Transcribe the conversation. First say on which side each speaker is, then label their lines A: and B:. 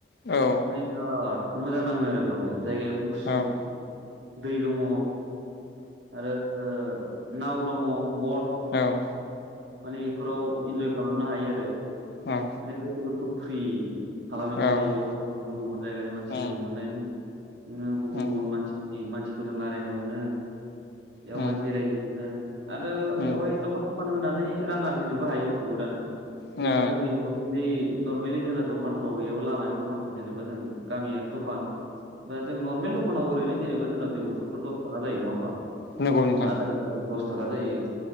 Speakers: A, on the left; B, on the right.
A: औ औ
B: माने बेराद मोजां नाङो आरो बेयावहाय जायगायाबो गुसु
A: औ
B: दै दङ आरो नाव दङ बट
A: औ
B: माने एफोराव इन्जय खालाम ना हायो आरो
A: औ
B: माने गोसोफोरखौ फ्रि खालामहैनो
A: औ
B: हायो बेवहाय गुबुन-गुबुन जायगानि मानसि
A: उम
B: लोगो मोननायजों नो गुबुन-गुबुन
A: उम
B: मानसिनि मानसि फोरजों लारायनो मोनो। बेयावहाय
A: उम
B: बेरायनो मोनो। आरो
A: उम
B: बेवहाय दखान खान होनानै रां आरजिनोबो हायो बुहुदानो
A: ओ
B: जेनेबा जोंनि नरमेलि नरमेलि जोङो दखानफ्राव बेयाव लामानि दखानफ्राव जेनेबा जों गामियारि दखान बा जों नरमेल दखानाव ओरैनो जेनेबा जोंना दै बथल फोरा दसथाखा जायो नङा होमबा
A: नंगौ नोंथां
B: आधालितारावनो दस थागा जायो